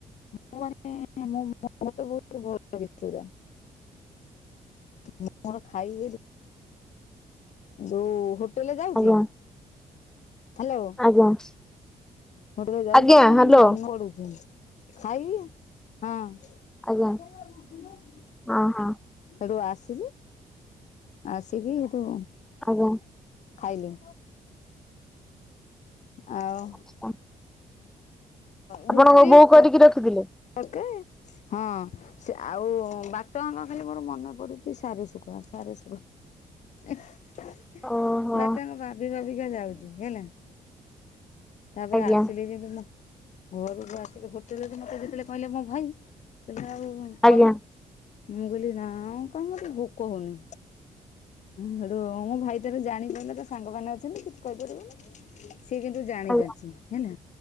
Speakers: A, on the left; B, in the centre.
A: <unintelligible> ମାନେ ମତେ ବହୁତ ଭଲ ଲାଗିଥିଲା। ମୁଁ ମୋର ଖାଇବି ଯୋଉ ହୋ ହୋଟେଲେ ଯାଉଚି।
B: ଆଜ୍ଞା
A: ହାଲୋ।
B: ଆଜ୍ଞା ଆଜ୍ଞା
A: ହୋଟେଲ୍ ଯାଉଚି
B: ଆଜ୍ଞା
A: ମାନେ
B: ହ୍ୟାଲୋ
A: ମନ ପଡୁଚି ଖାଇବି ହଁ।
B: ଆଜ୍ଞା
A: <unintelligible>
B: ହଁ ହଁ
A: ସେଠୁ ଆସିଲି ଆସିକି ସେଠୁ
B: ଆଉ କଣ।
A: ଖାଇଲି। ଆଉ।
B: ଆଚ୍ଛା।
A: ରୁଟି
B: ଆପଣଙ୍କ ବୋଉ କରିକି
A: ତ
B: ରଖିଥିଲେ
A: ତଡ଼କା ହଁ ଆଉ ବାଟ ଆଙ୍କ ଖାଲି ମୋର ମନେ ପଡ଼ୁଚି ସାରି ଶୁକୁଆ ସାରୁ ସୁକୁମା।
B: ଓହୋ
A: ବାଟ ଆଙ୍କ ଭାବି ଭାବିକା ଯାଉଚି ହେଲା। ତାପରେ
B: ଆଜ୍ଞା
A: ଆସିଲି
B: ଆଜ୍ଞା
A: ଯେମିତି ମୁ ଘରୁକୁ ଆସିଲେ ହୋଟେଲରେ ମତେ ଯେତେବେଳେ କହିଲେ ମୋ ଭାଇ କହିଲେ ଆଉ ଖାଉନୁ
B: ଆଜ୍ଞା
A: ମୁଁ କହିଲି ନା କଣ କାଇଁ ଭୋକ ହଉନି। ହେଟୁ ମୋ ଭାଇ ତାର ଜାଣିପାଇଲା ତା ସାଙ୍ଗମାନେ ଅଛନ୍ତି କିଛି କହିପାରିବନି। ସିଏ କିନ୍ତୁ ଜାଣି
B: ଆଜ୍ଞା ହଁ
A: ପାରିଚି ହେଲା